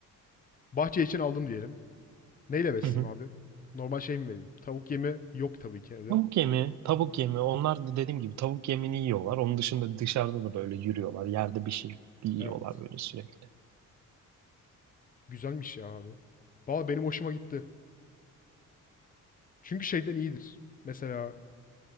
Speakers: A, on the left; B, on the right.
A: Bahçe için aldım diyelim. Neyle besleyeyim
B: Hı hı.
A: abi? Normal şey mi vereyim? Tavuk yemi yok tabii ki evde.
B: Tavuk yemi, tavuk yemi. Onlar da dediğim gibi tavuk yemini yiyorlar. Onun dışında dışarıda da böyle yürüyorlar. Yerde bir şey yiyorlar
A: Evet.
B: böyle sürekli.
A: Güzelmiş ya abi. Valla benim hoşuma gitti. Çünkü şeyden iyidir. Mesela